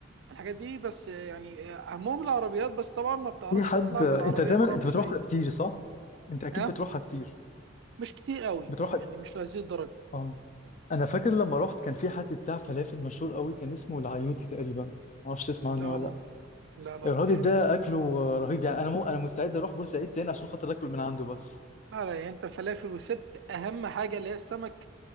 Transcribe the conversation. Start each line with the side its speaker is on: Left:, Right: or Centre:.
Right: من الحاجات دي بس آه، يعني آه، اهمهم العربيات بس طبعا ما بتعرفش
Left: في حد
Right: تطلع
Left: انت
Right: بالعربية
Left: دايما
Right: بره
Left: انت
Right: بورسعيد
Left: بتروحها كتير صح؟ انت اكيد
Right: ها
Left: بتروحها كتير
Right: مش كتير قوي
Left: بتروحها
Right: يعني مش لهذه الدرجة
Left: اه انا فاكر لما رحت كان في حد بتاع فلافل مشهور قوي كان اسمه العيوطي تقريبا ما اعرفش تسمع عنه
Right: لا
Left: ولا
Right: ممكن
Left: لا
Right: لا لا
Left: الراجل
Right: بتهيألي
Left: ده
Right: ما اسمعش
Left: اكله رهيب يعني انا مو انا مستعد اروح بورسعيد تاني عشان خاطر اكل من عنده بس
Right: لا لا يعني انت فلافل وست اهم حاجه اللي هي السمك